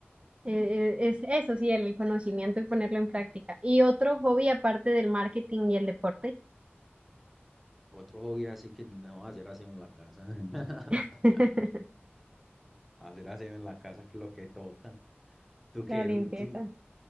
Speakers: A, on the right; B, in the centre.
A: E- e- es eso, sí, el conocimiento y ponerlo en práctica. ¿Y otro hobby aparte del marketing y el deporte?
B: Otro hobby así que no hacer aseo en la casa. <laughs>
A: <laughs>
B: Hacer aseo en la casa que es lo que toca. ¿Tú qué?
A: La limpieza.
B: ¿Tú,